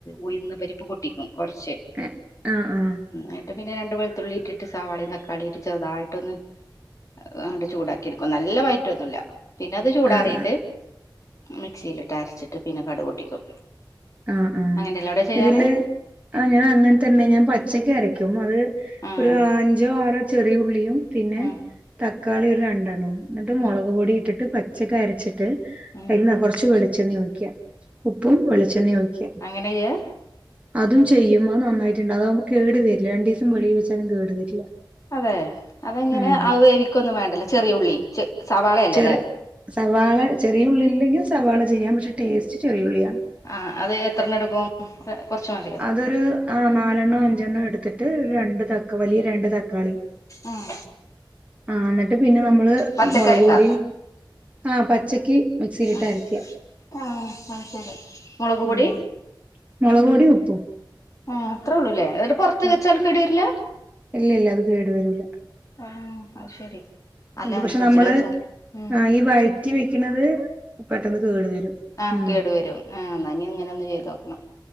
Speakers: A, on the left (about 40°); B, on the right (about 15°).
A: ഉഴുന്ന്പരിപ്പ് പപോട്ട് ട്ടിക്കും കൊറച്ച്
B: ആഹ് ആഹ് ആഹ്
A: നിട്ട് പിന്നെ രണ്ട്. വെളുത്തുള്ളിട്ടിട്ട്. സവാളി തക്കാളി ഇട്ട് ചെറുതായിട്ടൊന്ന്. അങ്ങ്ണ്ട് ചൂടാക്കി നല്ല വയറ്റൊന്നുല്ല പിന്നെ അത് ചൂടാറിട്ട്
B: ആഹ്
A: മിക്സിയിലിട്ട് അരച്ചിട്ട് പിന്നെ കട് പൊട്ടിക്കും
B: ആഹ് ആഹ്
A: അങ്ങനെയല്ലേ അവിടെ ചെയ്യാറ്
B: ഇതില് ആ ഞാൻ അങ്ങനെ തന്നെ ഞാൻ പച്ചക്ക് അരക്കും അത്
A: ഉം
B: ഒരു അഞ്ചോ ആറോ ചെറിയ ഉുള്ളിയും പിന്നെ
A: ഉം
B: തക്കാളി ഒരു രണ്ടെണ്ണവും എന്നിട്ട്
A: ഉം
B: മുളക് പൊടി ഇട്ടിട്ട് പച്ചക്ക് അരച്ചിട്ട്
A: ഉം
B: അതിൽ കുറച്ച് വെളിച്ചെണ ഒഴിക ഉപ്പും വെളിച്ചെണ്ണയും ഒഴിക്ക
A: അങ്ങനെ ചെയ്യാ
B: അതും ചെയ്യും നന്നായിട്ടുണ്ട് അതാക്കുംപ്പൊ കേടു വരില്ല രണ്ടു ദിവസം വളിൽ വെച്ചാലും കേടു വരില്ല
A: അതെ അത ഇങ്ങനെ
B: ഉം
A: ആ വേവിക്കൊന്നും വേണ്ടല്ലോ ചെറിയ ഉള്ളി സവാളയല്ലേ
B: ചെറി
A: അല്ലേ
B: സവാള ചെറിയുള്ളില്ലെങ്കിൽ സവാള ചെയാം പക്ഷേ ടേസ്റ്റ് ചെറിയുള്ളിയാണ്
A: ആഹ് അത് എത്രണ്ണം എടുക്കും ഉം കുറച്ചുമതി
B: അതൊരു അ നാലെണ്ണണം അഞ്ചെണ്ണോ എടുത്തിട്ട് രണ്ട് താ വലിയ രണ്ട് തക്കാളി
A: ഉം
B: ആഹ് എന്നിട്ട് പിന്നെ നമ്മള്
A: പച്ചക്കറിക്കാ
B: മുളക് പൊടി ആഹ് പച്ചക്ക് മിക്സിയിലിട്ട്
A: ആഹ്
B: അരക്കുക
A: ആഹ് ആ ശരി മുളക്പൊടി
B: ഉം മുളക് പൊടി ഉപ്പും
A: ആഹ് അത്രേള്ളൂല്ലേ ന്ന്ട്ട് പുറത്ത്
B: ആ
A: വെച്ചാലും കെട് വരില്ല
B: ഇല്ല ഇല്ല അത് കേട് വരൂല
A: ആഹ് ശരി അല്ല
B: ഇത് പക്ഷേ
A: ഫ്രിഡ്ജിൽ
B: നമ്മള്
A: വെച്ചാ ഉം
B: ഈ വഴറ്റി വെക്കണുന്നത് പെട്ടെന്ന് കേടു വരും
A: ആ
B: ഉം
A: കേടു വരും ആ ന്നാ ഇനി ഇങ്ങനെ ഒന്ന് ചെയ്തോക്കണം